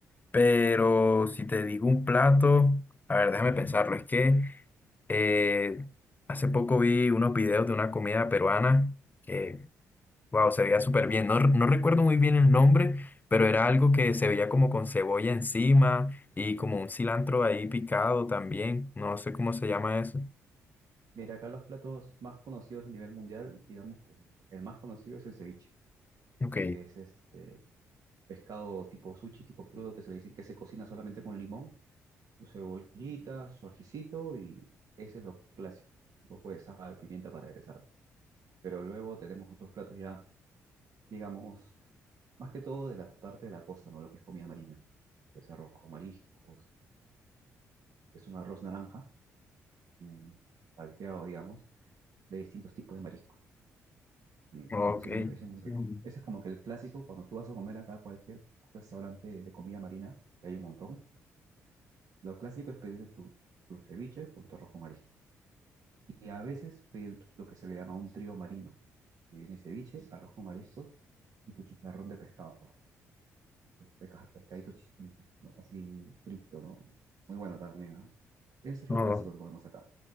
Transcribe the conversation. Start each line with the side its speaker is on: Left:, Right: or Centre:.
Left: Pero si te digo un plato, a ver, déjame pensarlo. Es que eh, hace poco vi unos videos de una comida peruana que, wow, se veía súper bien. No, r- no recuerdo muy bien el nombre, pero era algo que se veía como con cebolla encima y como un cilantro ahí picado también. No sé cómo se llama eso.
Right: Mira, acá los platos más conocidos a nivel mundial, digamos que el más conocido es el ceviche,
Left: Ok,
Right: que es este pescado tipo sushi, tipo crudo, que se le dicen que se cocina solamente con limón, su cebollita, su ajicito y ese es lo clásico, un poco de sal, pimienta para aderezar. Pero luego tenemos otros platos ya, digamos, más que todo de la parte de la costa, ¿no? Lo que es comida marina, que es arroz con mariscos, que es un arroz naranja, mm, salteado, digamos, de distintos tipos de mariscos. Y
Left: ok.
Right: Ese es muy, ese es muy rico.
Left: Mm.
Right: Ese es como que el clásico, cuando tú vas a comer acá a cualquier restaurante de comida marina, que hay un montón, lo clásico es pedirte tu, tu ceviche con tu arroz con marisco. Y a veces pedir lo que se le llama un trío marino, que viene ceviche, arroz con mariscos y tu chicharrón de pescado. Pesca- pescadito chi- ¿no? así frito, ¿no? Muy bueno también, ¿ah? Ese es
Left: Oh,
Right: lo clásico que comemos acá.